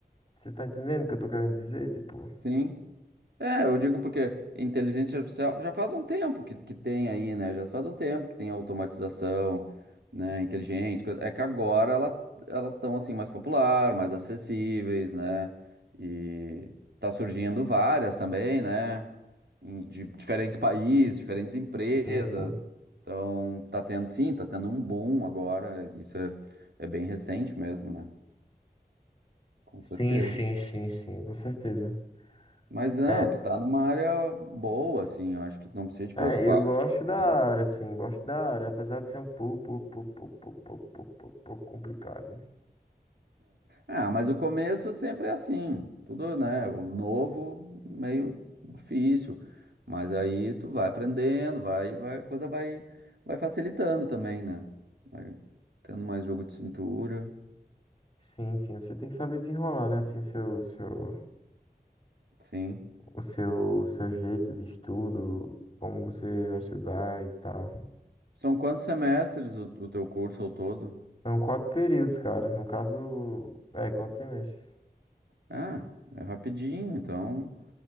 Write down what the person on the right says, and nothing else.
Sim. É, eu digo porque inteligência artificial já faz um tempo que, que tem aí, né? Já faz um tempo que tem automatização, né, inteligente. coisa- É que agora ela, elas estão assim mais popular, mais acessíveis, né? E tá surgindo várias também, né? em- de diferentes países, diferentes empresas.
Então, tá tendo, sim, tá tendo um boom agora. Isso é, é bem recente mesmo, né? Com
certeza.
Mas não,
tu tá numa área boa, assim, eu acho que não precisa te
preocupar.
<laughs>
Ah, mas o começo sempre é assim, tudo, né? O novo, meio difícil, mas aí tu vai aprendendo, vai, vai, a coisa vai, vai facilitando também, né? Vai tendo mais jogo de cintura,
sim.
São quantos semestres o, o teu curso ao todo?
Ah, é rapidinho, então,